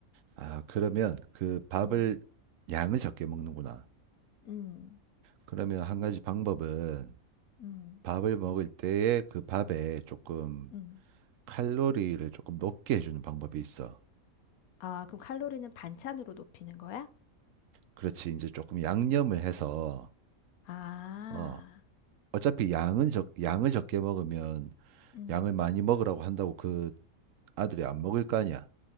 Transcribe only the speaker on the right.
아, 그러면 그 밥을
양을 적게 먹는구나.
그러면 한 가지 방법은
밥을 먹을 때에 그 밥에 조금
칼로리를 조금 높게 해주는 방법이 있어.
그렇지. 이제 조금 양념을 해서,
어, 어차피 양은 적, 양을 적게 먹으면
양을 많이 먹으라고 한다고 그 아들이 안 먹을 거 아니야.